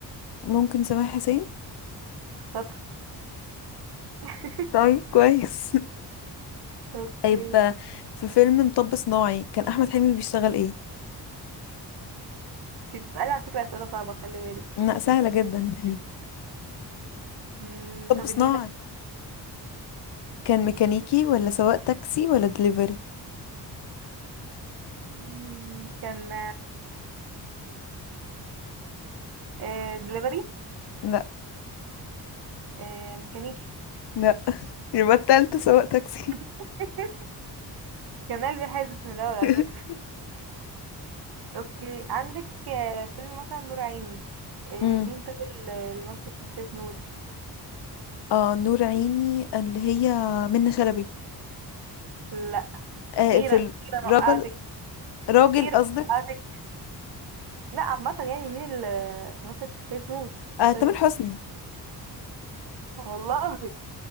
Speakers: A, on the left; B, on the right.
A: ممكن سامح حسين
B: شاطرة <laughs>
A: طيب كويس <laughs>
B: اوكي
A: طيب آه، في فيلم مطب صناعي كان احمد حلمي بيشتغل ايه
B: انت بتسألي على فكرة أسئلة صعبة خلي بالك
A: لا سهلة جدا <laughs>
B: مم،
A: مطب
B: طب
A: صناعي
B: اديني ده
A: كان ميكانيكي ولا سواق تاكسي ولا دليفري
B: مم، كان آه دليفري
A: لا
B: آه ميكانيكي
A: لا يبقى التالتة سواق تاكسي
B: <laughs> كان قلبي حاسس من الأول على
A: <laughs>
B: فكرة اوكي عندك آه، فيلم مثلا نور عيني آه،
A: <laughs>
B: مين طيب اللي مثل شخصية نور
A: آه نور عيني اللي هي منة شلبي
B: لا
A: آه
B: اخيرا
A: في
B: اخيرا
A: الرجل
B: وقعتك
A: راجل
B: اخيرا
A: قصدك
B: وقعتك لا عامة يعني مين اللي مثل شخصية نور في
A: آه
B: الفيلم
A: تامر حسني
B: والله